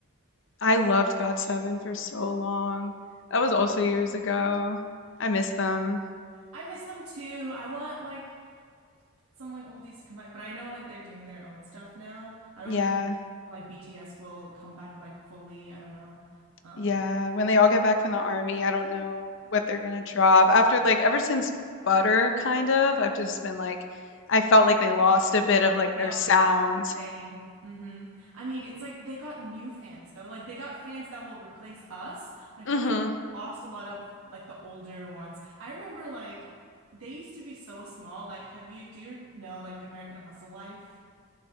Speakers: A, on the left (about 60°); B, on the right (about 85°).
A: I loved GOT7 for so long. That
B: Yeah.
A: was also years ago. I miss them.
B: I miss them too. I want like some like oldies to come back, but I know like they're doing their own stuff now. I don't
A: Yeah.
B: even think like BTS will come back like fully. I don't know. Um,
A: Yeah, when they all get back from the army, I don't know what they're gonna drop. After like ever since Butter, kind of, I've just been like, I felt like
B: yeah,
A: they lost
B: same.
A: a bit of like
B: Yep,
A: their sound.
B: same. hmm I mean, it's like they got new fans though. Like they got fans that will replace us, but I feel
A: hmm
B: like they lost a lot of like the older ones. I remember like they used to be so small. Like, have you do you know like American Hustle Life?